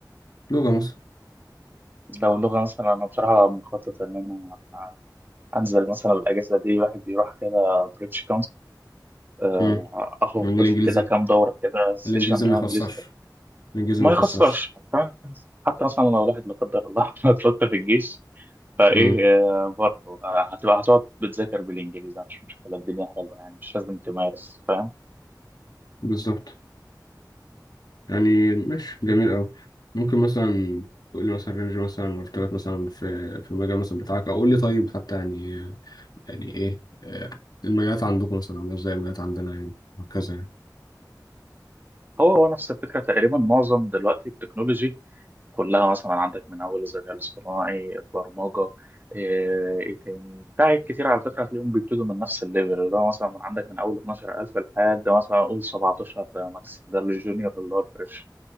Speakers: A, on the left; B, on the right.
A: لغة مثلا
B: لو لغه مثلا انا بصراحه مخطط ان انا انزل مثلا الاجازه دي واحد يروح كده بريتش
A: <coughs>
B: آه،
A: مم.
B: اخد
A: من الإنجليزي
B: لي كده كام دوره كده سيشن
A: الإنجليزي ما
B: آه،
A: يخسرش
B: انجليزي طبعا
A: الإنجليزي
B: ما
A: ما يخسرش
B: يخسرش فاهم حتى مثلا لو الواحد لا قدر الله <laughs> اتلطف في الجيش فايه
A: مم.
B: آه، برضه آه، هتبقى هتقعد بتذاكر بالانجليزي مش مشكله الدنيا حلوه يعني مش لازم تمارس فاهم
A: بالظبط يعني ماشي جميل أوي ممكن مثلا تقول لي مثلا رينج مثلا مرتبات مثلا في في المجال مثلا بتاعك أو قول لي طيب حتى يعني يعني إيه آه، المجالات عندكم مثلا عاملة إزاي المجالات عندنا يعني وهكذا يعني
B: هو هو نفس الفكره تقريبا معظم دلوقتي التكنولوجي كلها مثلا عندك من اول الذكاء الاصطناعي البرمجه ايه إيه تاني في حاجات كتير على فكره هتلاقيهم بيبتدوا من نفس الليفل اللي هو مثلا من عندك من اول 12000 لحد مثلا اقول 17 ده ماكس ده الجونيور اللي هو الفريش